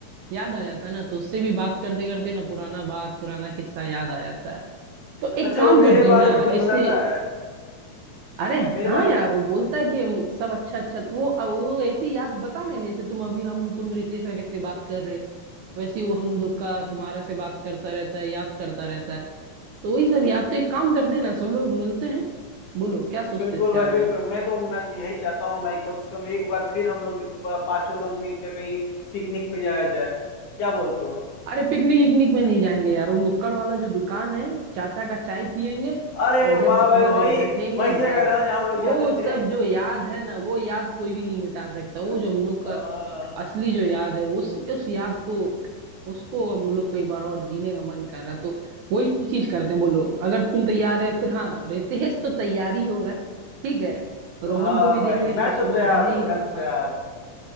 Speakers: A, on the right (about 70°); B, on the left (about 50°).
A: याद आ जाता है ना तो उससे भी बात करते करते ना पुराना बात पुराना किस्सा याद आ जाता है तो एक
B: अच्छा
A: काम
B: वो मेरे
A: करते हैं
B: बारे
A: ना
B: में कुछ
A: ऐसे
B: बताता है
A: अरे
B: मेरे
A: हाँ
B: बारे
A: यार
B: में कुछ-
A: वो बोलता है कि हम सब अच्छा अच्छा वो अब वो ऐसी याद बता रहे ना, जैसे तुम अभी हम तुम रितेश का कैसे बात कर रहे वैसे ही वो हम लोग का तुम्हारा से बात करता रहता है याद करता रहता है तो वही सब याद तो एक काम करते हैं ना सब लोग मिलते हैं बोलो क्या सोचते
B: बिल्कुल
A: हैं इसके
B: भाई
A: बारे
B: बिल्कुल
A: में
B: मैं तो मैं तो यही चाहता हूँ भाई कम से कम एक बार फिर हम लोग प- पांचों लोग मिलकर कहीं पिकनिक पे जाया जाए क्या बोलते हो
A: अरे पिकनिक इकनिक में नहीं जाएंगे यार वो नुक्कड़ वाला जो दुकान है चाचा का चाय पियेंगे
B: अरे
A: और उधर
B: वाह
A: पे
B: भाई
A: थोड़ा
B: वही
A: देर बैठेंगे
B: वही जगह
A: बस
B: है ना जहाँ हम लोग
A: वो
B: जाते
A: सब
B: थे
A: जो याद है ना वो याद कोई भी नहीं मिटा सकता वो
B: <laughs>
A: जो हम लोग का
B: आ,
A: असली जो याद है उस उस याद को उसको हम लोग को एक बार और जीने का मन कर रहा है तो वही चीज करते हैं बोलो अगर तुम तैयार है फिर हाँ रितेश तो तैयारी होगा ठीक है रोहन
B: हाँ हाँ
A: को भी
B: भाई
A: देख लेंगे
B: मैं
A: और शुभम
B: तो तैयार
A: तो है
B: हूँ
A: ही अपना
B: मैं तो तैयार
A: पास
B: हूँ